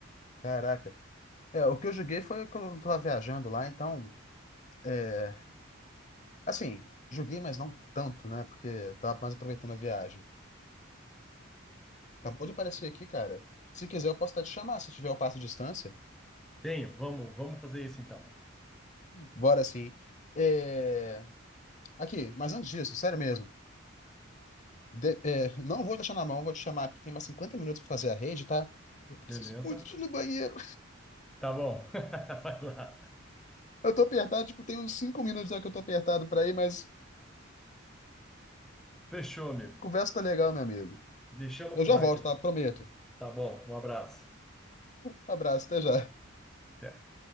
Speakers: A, on the left; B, in the centre.
A: Caraca. É, o que eu joguei foi quando eu tava viajando lá, então. É... Assim, joguei, mas não tanto, né? Porque eu tava mais aproveitando a viagem. Acabou de aparecer aqui, cara. Se quiser, eu posso até te chamar se tiver o passo de distância.
B: Tenho. Vamos, vamos fazer isso então.
A: Bora sim. É... Aqui, mas antes disso, sério mesmo. de- é, não vou deixar na mão, vou te chamar aqui. Tem mais 50 minutos pra fazer a rede, tá? preciso
B: Beleza?
A: muito de ir no banheiro.
B: Tá bom. <laughs> Vai lá.
A: Eu tô apertado, tipo, tem uns 5 minutos já que eu tô apertado pra ir, mas
B: Fechou, amigo.
A: conversa tá legal, meu amigo.
B: Me chama
A: Eu
B: pro
A: já
B: raid
A: volto,
B: lá.
A: tá? Prometo.
B: Tá bom. Um abraço.
A: Abraço, até já.
B: Até.